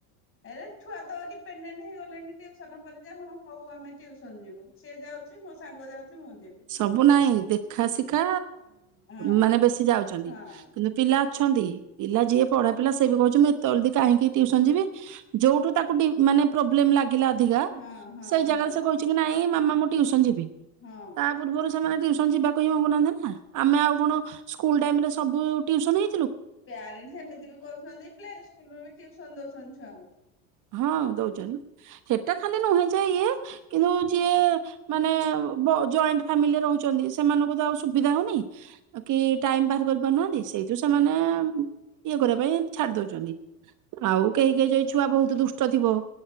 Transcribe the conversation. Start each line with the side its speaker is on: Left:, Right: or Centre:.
Left: ଏରେ ଛୁଆ ତ ଡିପେଣ୍ଡେଣ୍ଟ ହେଇଗଲେଣି ଟ୍ୟୁସନ ଉପରେ ଯା ହଁ ହଉ ଆମେ ଟ୍ୟୁସନ ଯିବୁ ସିଏ ଯାଉଛି ମୋ ସାଙ୍ଗ ଯାଉଛି ମୁଁ ଯିବି
Right: ସବୁ ନାହିଁ ଦେଖା ଶିଖା
Left: ହଁ
Right: ମାନେ ବେଶୀ ଯାଉଛନ୍ତି
Left: ହଁ।
Right: କିନ୍ତୁ ପିଲା ପିଲା ଅଛନ୍ତି। ପିଲା ଯିଏ ପଢ଼ା ପିଲା ସେ ବି କହୁଚି ଜଲଦୀ କାହିଁକି ଟ୍ୟୁସନ ଯିବି ଯୋଉଠୁ ତାକୁ ମାନେ ପ୍ରୋବଲେମ ଲାଗି ଲାଗିଲା ଅଧିକା
Left: ହଁ ହଁ
Right: ସେଇ
Left: ହଁ
Right: ଜାଗାରେ ସେ କହୁଛି କି ନାଇଁ ମାମା ମୁଁ ଟ୍ୟୁସନ ଯିବି।
Left: ହଁ।
Right: ତା ପୂର୍ବରୁ ସେମାନେ ଟ୍ୟୁ ଟ୍ୟୁସନ ଯିବାକୁ ହିଁ ମଙ୍ଗୁନାହାନ୍ତି ନା ଆମେ ଆଉ କଣ ସ୍କୁଲ ଟାଇମ ରେ ସବୁ ଟ୍ୟୁସନ ହେ
Left: ପ୍ୟାରେଣ୍ଟସ ଏମିତି ବି କରୁଛନ୍ତି ପ୍ଲେ ସ୍କୁଲ ରୁ ବି ଟ୍ୟୁସନ ଦଉଛନ୍ତିଛୁ ଛୁଆଙ୍କୁ।
Right: ହଁ ଦଉଛନ୍ତି ହେଟା ଖାଲି ନୁହେଁ ଯେ ଇଏ କିନ୍ତୁ ଯିଏ ମାନେ ବ ଜଏଣ୍ଟଫାମିଲିରେ ରହୁଛନ୍ତି ସେମାନଙ୍କୁ ତ ଆଉ ସୁବିଧା ହୋଈକି ଟାଇମ ବାହାର କରିପାରୁନାହାନ୍ତି ସେଇଠୁ ସେମାନେ ଇଏ କରିବା ପାଇଁ ଛାଡି ଦଉଛନ୍ତି ଆଉ କେହି କେହି ଯାଇ ଛୁଆ ବହୁ ଦୁଷ୍ଟ ଥିବ